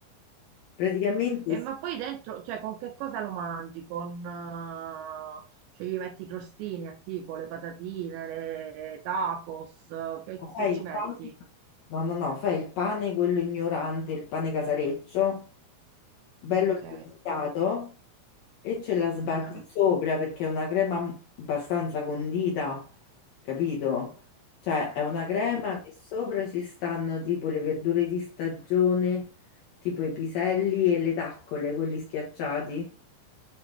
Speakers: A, on the left; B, on the right.
A: Praticamente
B: E
A: si-
B: ma poi dentro, cioè con che cosa lo mangi? Con, eh, cioè gli metti i crostini a tipo le patatine, le tacos, che, che
A: fai
B: ci
A: il
B: metti?
A: pane, no, no, no, fai il pane quello ignorante, il pane casareccio. bello
B: Ok.
A: pescato e ce la sbatti
B: Ah.
A: sopra perché è una crema abbastanza condita, capito? Cioè è una crema che sopra ci stanno tipo le verdure di stagione, tipo i piselli e le taccole, quelli schiacciati,